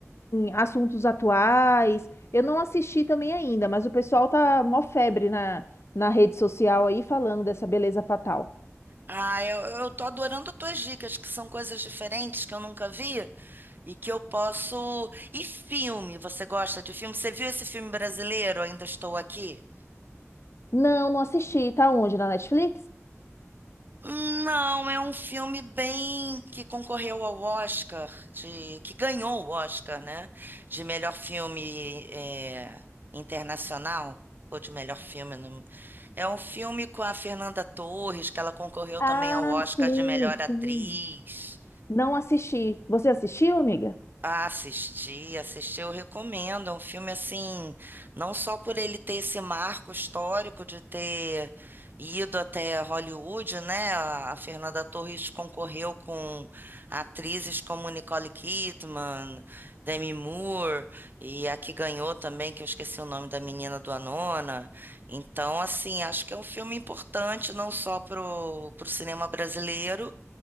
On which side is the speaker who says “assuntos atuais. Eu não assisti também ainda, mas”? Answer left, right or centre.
Left